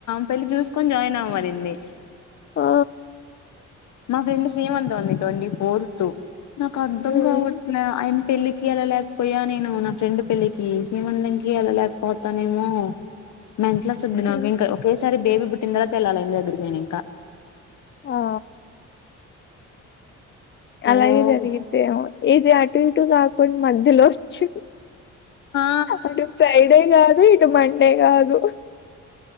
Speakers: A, on the left; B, on the left.
A: పెళ్లి చూసుకొని జాయిన్ అవ్వమనింది.
B: ఆ!
A: మా ఫ్రెండ్ సేమ్ అంతా ఉంది ట్వంటీ ఫోర్త్ నాకు అర్థం
B: హ్మ్.
A: కావట్లేదు. పెళ్ళలికి ఎలా లేకపోయా నేను నా ఫ్రెండ్ పెళ్ళికి శ్రీమంతం కి ఎలా లేకపోతానేమో. మెంట్లో సుద్దు నాకు
B: హ్మ్.
A: ఇంకా ఒకేసారి బేబీ పుట్టిన తర్వాత వెళ్లాలి ఇంటి దగ్గరికి పోయినంక.
B: ఆ!
A: ఓ
B: అలాగే జరిగితేమో ఏది అటు ఇటు కాకుండా మధ్యలో వచ్చింది.
A: ఆ
B: అటు ఫ్రైడే కాదు ఇటు మండే కాదు.